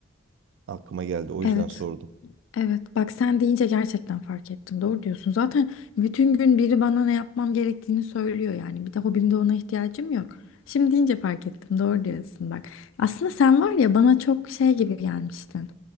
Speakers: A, on the right; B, on the left.
A: aklıma geldi. O
B: evet.
A: yüzden sordum.
B: Evet, bak sen deyince gerçekten fark ettim. Doğru diyorsun. Zaten bütün gün biri bana ne yapmam gerektiğini söylüyor yani. Bir de hobimde ona ihtiyacım yok. Şimdi deyince fark ettim. Doğru diyorsun bak. Aslında sen var ya bana çok şey gibi gelmiştin.